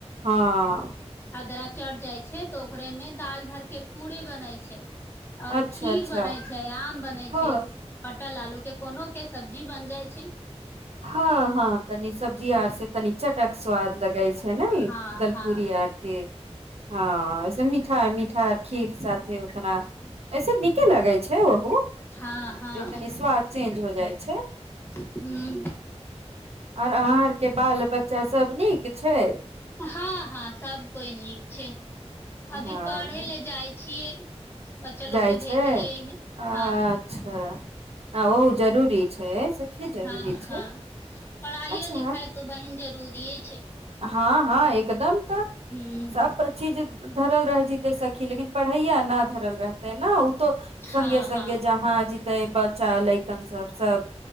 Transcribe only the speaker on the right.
हँ
अच्छा
अच्छा
हँ
हँ हँ तनी सब्जी आर से तनी चट क स्वाद लगै गय छै ने
गलपूी
आर के हँऐस मीठा मीठा खीर साथे उतना ऐसे नीके लगै छै छै ओह
जे तनी स्वाद चेंज हो जाइ छै
आर अहाँ आर के बाल बच्चा सब नीक छै
हँ
जाइ
छै
अच्छा
ह ओहु जरूरी छै सखी जरूरी
छै
अच्छा
हँ हँ एकदम तऽ
सब चीज धरल रह जतै सखी लेकिन पढ़ैया न धरल रहते ने त सगे
सगे
जहाँ ज बच्चा लैकन सब सब